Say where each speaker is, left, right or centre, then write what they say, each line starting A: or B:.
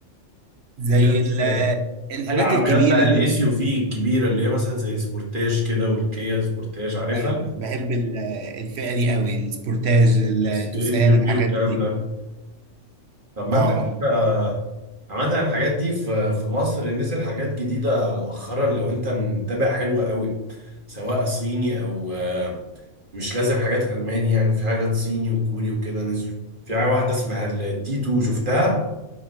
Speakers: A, on the right; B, on the right.
A: زي
B: دي الهاتشباك
A: ال- الحاجات
B: في العربيات
A: الكبيرة
B: بقى الاس
A: دي أنا.
B: يو في الكبيره اللي هي مثلا زي سبورتاج كده والكيا سبورتاج عارفها؟
A: أيوه بحب ال- الفئة دي قوي السبورتاج التوسان
B: استيز يوجي
A: الحاجات
B: والكلام
A: دي
B: ده طب ما
A: اه
B: انت كده عامة الحاجات دي في في مصر نزل حاجات جديدة مؤخرا لو انت متابع حلوة قوي سواء صيني او آه، مش لازم حاجات ألماني يعني في حاجات صيني وكوري وكده نزلوا في حاجة واحدة اسمها التي 2 شفتها